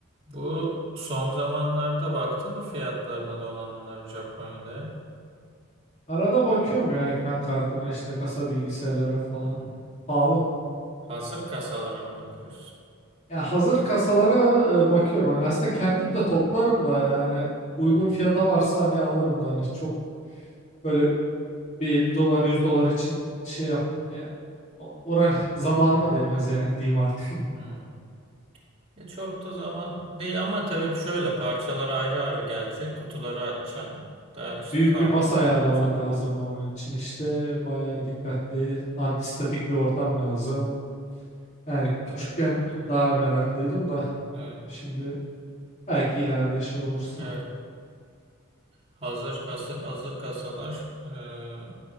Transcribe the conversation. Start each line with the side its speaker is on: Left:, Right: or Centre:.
Right: Bu son zamanlarda baktın mı fiyatlarına donanımların Japonya'da ya?
Left: Arada bakıyorum ya ekran kartına işte kasa bilgisayarlara falan.
Right: Hı hı.
Left: Pahalı.
Right: Hazır kasalara mı bakıyoruz?
Left: Ya hazır kasalara e, bakıyorum. Hani aslında kendim de toplarım da yani uygun
Right: Hı hı.
Left: fiyata varsa hani alırım da hani çok böyle bir 50 dolar 100 dolar için şey yap yani o- uğraş zamanıma
Right: Hı hı. Hı.
Left: değmez yani diyeyim artık.
Right: hı.
Left: <laughs>
Right: E çok da zaman değil ama tabii şöyle parçalar ayrı ayrı gelecek. Kutuları açacaksın. Da işte
Left: Büyük
Right: kabloları
Left: bir masa ayarlaman
Right: bakacaksın.
Left: lazım onun için işte bayağı dikkatli antistatik bir ortam lazım. Yani küçükken
Right: Ee, Evet,
Left: daha meraklıydım da
Right: evet,
Left: şimdi Belki ileride şey olursa.
Right: evet. Hazır kasır hazır kasalar ee,